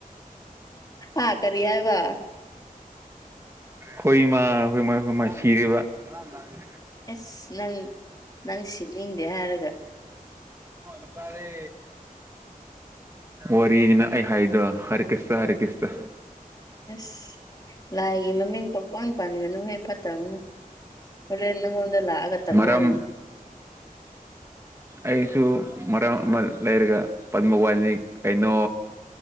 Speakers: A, on the left; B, on the right.
A: ꯑꯥ ꯀꯔꯤ ꯍꯥꯏꯕ꯫
B: ꯍꯣꯏ ꯏꯃꯥ ꯍꯣꯏꯃꯥꯏ ꯍꯣꯏꯃꯥꯏ ꯁꯤꯔꯤꯕ ꯥꯡ ꯇꯔꯦ
A: ꯑꯁ ꯅꯪ ꯅꯪ ꯁꯤꯅꯤꯡꯗꯦ ꯍꯥꯏꯔꯒ
B: ꯑꯀꯗꯦ ꯋꯥꯔꯤꯅꯤꯅ ꯑꯩ ꯍꯥꯏꯗꯣ ꯍꯔꯤ ꯈ꯭ꯁꯇ ꯍꯔꯤ ꯈ꯭ꯁꯇ
A: ꯑꯁ ꯂꯥꯏꯒꯤ ꯃꯃꯤꯡ ꯄꯪꯄ ꯄꯥꯟꯒꯅꯨ ꯍꯦꯛ ꯐꯠꯇꯕꯅꯦ ꯍꯔꯟꯅꯉꯣꯗ ꯂꯥꯛꯑꯒ ꯇꯝꯅꯒꯅꯤ
B: ꯃꯔꯝ ꯑꯩꯁꯨ ꯃꯔꯝ ꯑꯃ ꯂꯩꯔꯒ ꯄꯗꯃ ꯋꯥꯅꯤ ꯀꯩꯅꯣ